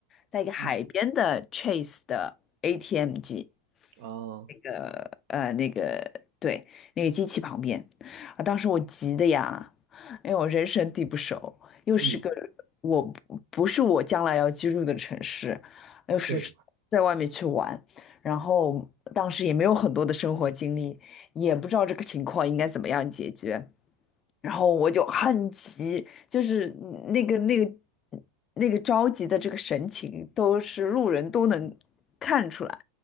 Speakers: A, on the left; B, on the right.
A: 在一个海边的
B: 嗯
A: Chase 的 ATM 机。
B: 哦，
A: 那个呃那个对那个机器旁边啊，当时我急的呀，因为我人生地不熟，又是个
B: 嗯，
A: 我不不是我将来要居住的城市，又是出在外面去玩，
B: 对，
A: 然后当时也没有很多的生活经历，也不知道这个情况应该怎么样解决。然后我就很急，就是那个那个那个着急的这个神情，都是路人都能看出来。